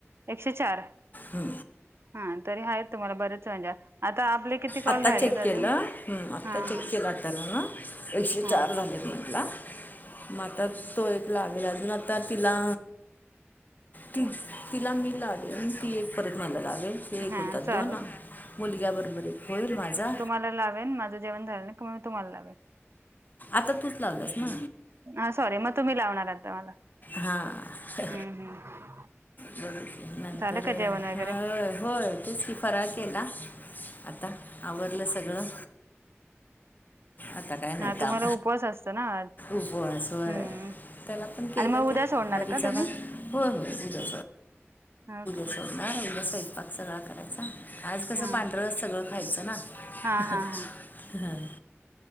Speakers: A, on the right; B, on the left.
A: एकशे चार
B: हो.
A: हा, तरी आहेत तुम्हाला बरेच म्हणजे आता आपले किती कॉल
B: आत्ता
A: राहिलेत
B: चेक केलं,
A: अजून
B: हम्म, आता
A: हा
B: चेक
A: हा
B: केला तर ना एकशे
A: ह
B: चार झाल्यात म्हटला म- आता तो एक लावेल, अजून आता तिला ती तिला मी लावेल, ती एक परत मला लावेल. ते एक
A: हा
B: होतात
A: चालेल
B: दोन, मुलग्या बरोबर एक होईल माझा.
A: मला लावेल, माझं जेवण झालं का मी तुम्हाला लावेल.
B: आता तूच लावलंस ना.
A: हा सॉरी, मग तुम्ही लावणार आता मला.
B: हां,
A: हम्म हम्म
B: बोल. नंतर,
A: झालं का जेवण वगैरे
B: होय होय तेचकी फराळ केला, आता आवरलं सगळं. आता काय नाय
A: हा तुम्हाला
B: काम,
A: उपवास असतो ना आज
B: उपवास व्हय
A: हम्म
B: त्याला पण केला
A: आणि मग उद्या
B: की
A: सोडणार
B: वरीचा
A: का तुम्ही
B: भात, होय, होय उद्या
A: हो का
B: सोडणार. राहिलं स्वयंपाक सगळां करायचा, आज कसं
A: हा
B: पांढर सगळं खायचं ना.
A: हा
B: <unintelligible>
A: हा हा
B: हां